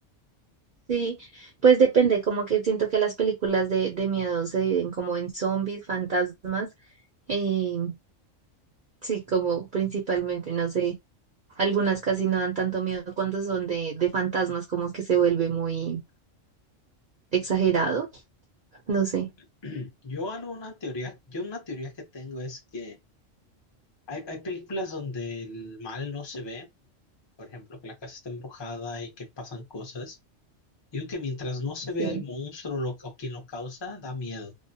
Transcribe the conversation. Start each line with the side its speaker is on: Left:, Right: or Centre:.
Right: Sí, pues depende, como que siento que las películas de, de miedo se dividen como en zombies, fantasmas, eh, sí, como principalmente, no sé. Algunas casi no dan tanto miedo cuando son de, de fantasmas, como que se vuelve muy exagerado. No sé.
Left: <clears throat> Yo alguna teoría, yo una teoría que tengo es que hay, hay películas donde el mal no se ve por ejemplo, que la casa está embrujada y que pasan cosas. Digo que mientras no se vea
Right: Sí,
Left: el monstruo lo- o quien lo causa, da miedo.